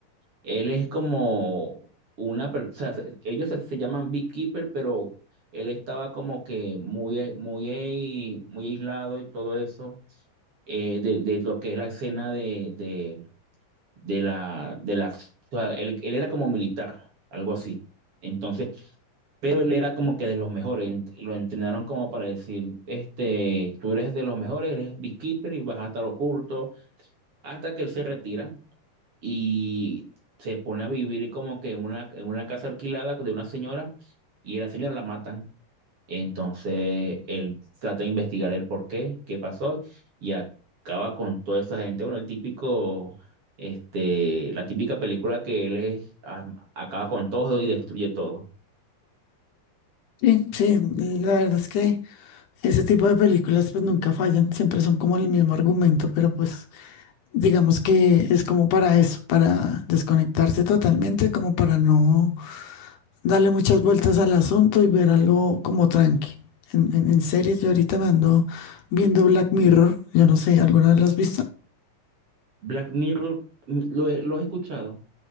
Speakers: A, on the right; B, on the left.
A: Él es como una persona, ellos se, se llaman Beekeeper, pero él estaba como que muy, eh, muy, eh, muy aislado y todo eso eh, de, de lo que es la escena de, de, de la, de la, o sea, él, él era como militar, algo así. Entonces, pero él era como que de los mejores, ent- lo entrenaron como para decir, este, tú eres de los mejores, eres Beekeeper y vas a estar oculto hasta que él se retira y se pone a vivir como que en una, en una casa alquilada de una señora y a la señora la matan. Entonces él trata de investigar el por qué, qué pasó y acaba con toda esa gente. Bueno, el típico, este, la típica película que él es, a- acaba con todo y destruye todo.
B: Sí, sí, la verdad es que ese tipo de películas pues nunca fallan, siempre son como el mismo argumento, pero pues digamos que es como para eso, para desconectarse totalmente, como para no darle muchas vueltas al asunto y ver algo como tranqui. En, en, en series, yo ahorita me ando viendo Black Mirror, yo no sé, ¿alguna vez la has visto?
A: Black Mirror mm, lo, he lo he escuchado,